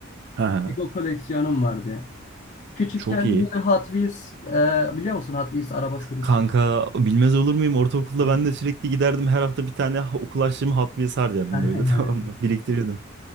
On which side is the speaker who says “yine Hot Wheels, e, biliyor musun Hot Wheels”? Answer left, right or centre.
Left